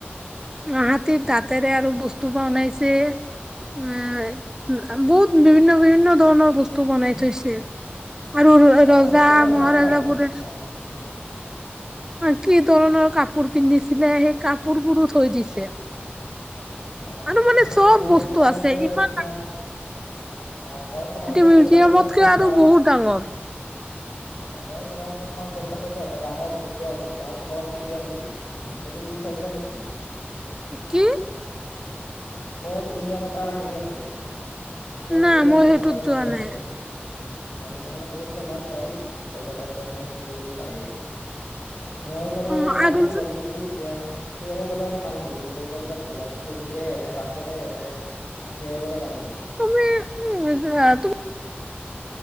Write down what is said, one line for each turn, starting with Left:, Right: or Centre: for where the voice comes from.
Right: অ হাতীৰ দাঁতেৰে আৰু বস্তু বনাইছে। উম। বহুত বিভিন্ন বিভিন্ন ধৰণৰ বস্তু বনাই থৈছে। আৰু
Left: অ', মই
Right: ৰজা
Left: ভাবিছোঁ এবাৰ
Right: মহাৰাজা
Left: যাম বাৰু অ',
Right: বোৰে
Left: অ',
Right: আৰু কি ধৰণৰ কাপোৰ পিন্ধিছিলে। সেই কাপোৰ বোৰো থৈ দিছে।
Left: অ',
Right: আৰু মানে চব
Left: মই
Right: বস্তু
Left: শুনামতে
Right: আছে। ইমান
Left: তোমাৰ
Right: ডা
Left: অ, মই শুনা মতে
Right: মিউজিয়ামতকে
Left: কলকাতাটা তোমাৰ
Right: আৰু
Left: দা
Right: বহুত ডাঙৰ
Left: অ মই শুনা মতে তোমাৰ কলকাতাত যে এটা ডাঙৰ দু আছে তোমাৰ, ফৰ্ট উলিয়াম বুলি। এইটো তুমি চাইছা নেকি?
Right: কি?
Left: ফৰ্ট উইলিয়াম এটা হেৰি আছে। ফৰ্ট
Right: না
Left: উইলিয়াম
Right: মই
Left: নামৰ
Right: সেইটোত
Left: এটা দুৰ্গ
Right: যোৱা
Left: আছে,
Right: নাই
Left: সেইটো। অ সেইটো মানে বহুত ফেমাচ হয়। কলকাতা গলে মানে সেইটো ছবি চায়েই। মই বাৰু
Right: অ
Left: এবাৰ যাম
Right: আৰু
Left: বুলি
Right: যে
Left: ভাবিছো এতিয়া, কিহেৰে গ'লে মানে ভাল হ'ব তুমি ক'ব পাৰিবা নেকি ধৰ? ট্ৰেইনেৰে নে, বাছেৰে নে কিহেৰে গ'লে ভাল হব?
Right: <unintelligible>